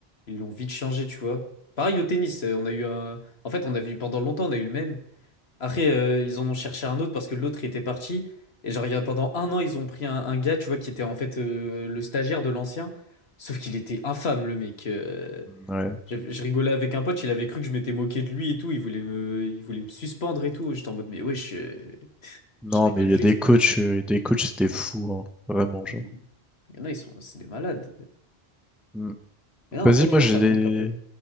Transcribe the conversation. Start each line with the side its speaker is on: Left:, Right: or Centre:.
Left: Ils l'ont vite changé, tu vois. Pareil au tennis, euh, on a eu un. En fait, on a vu pendant longtemps, on a eu le même. Après, euh, ils en ont cherché un autre parce que l'autre il était parti. Et genre, il y a, pendant un an, ils ont pris un, un gars, tu vois, qui était en fait euh, le stagiaire de l'ancien. Sauf qu'il était infâme, le mec. euh.
Centre: Ouais.
Left: J'avais- Je rigolais avec un pote, il avait cru que je m'étais moqué de lui et tout, il voulait me, il voulait me suspendre et tout. J'étais en mode, mais ouais, je,
Centre: Non,
Left: je rigole
Centre: mais il
Left: juste.
Centre: y a des coachs, euh, des coachs, c'était fou, hein. Vraiment, genre.
Left: Il y en a, ils sont, c'est des malades.
Centre: Mm.
Left: Mais non,
Centre: Vas-y,
Left: en vrai,
Centre: moi
Left: tu vois,
Centre: j'ai
Left: ça
Centre: des.
Left: me manque un peu.